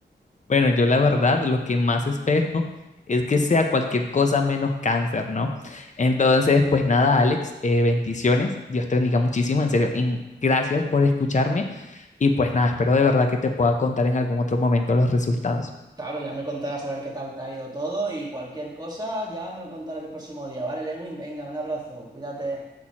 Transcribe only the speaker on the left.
Bueno, yo la verdad lo que más espero es que sea cualquier cosa menos cáncer, ¿no? Entonces, pues nada, Alex, eh, bendiciones. Dios te bendiga muchísimo, en serio. en- gracias por escucharme y pues nada, espero de verdad que te pueda contar en algún otro momento los resultados.